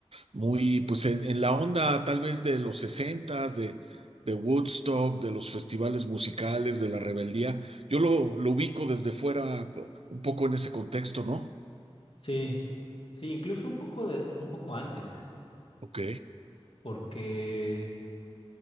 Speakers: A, on the right; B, on the left.
A: muy pues en, en la onda tal vez de los sesentas, de, de Woodstock, de los festivales musicales, de la rebeldía. Yo lo, lo ubico desde fuera p- un poco en ese contexto, ¿no?
B: Sí, sí, incluso un poco de, un poco antes,
A: Ok,
B: porque